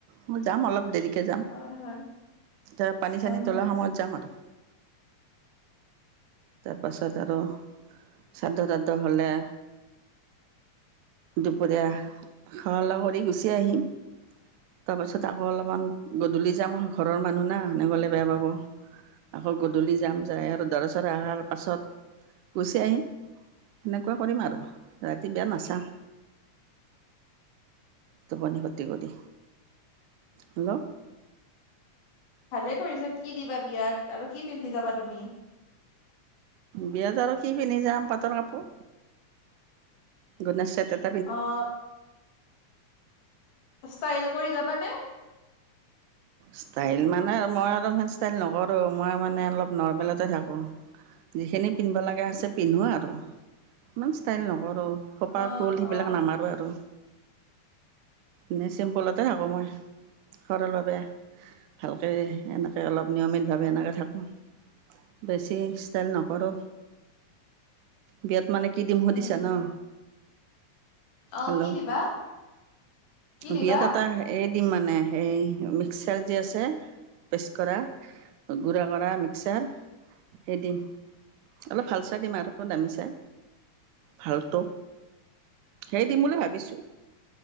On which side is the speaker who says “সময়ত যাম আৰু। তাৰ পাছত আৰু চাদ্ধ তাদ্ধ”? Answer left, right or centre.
Right